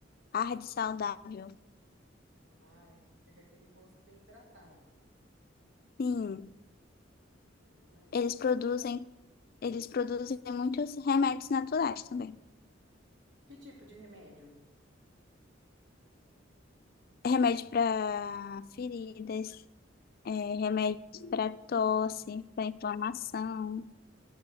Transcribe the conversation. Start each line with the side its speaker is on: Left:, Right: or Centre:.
Left: ar de saudável.
Right: Ah, que fica com aquele rosto bem hidratado.
Left: Sim,
Right: Ah, legal.
Left: eles produzem, eles produzem muitos remédios naturais também.
Right: Que tipo de remédio?
Left: Remédio para feridas, é, remédios para tosse, para inflamação,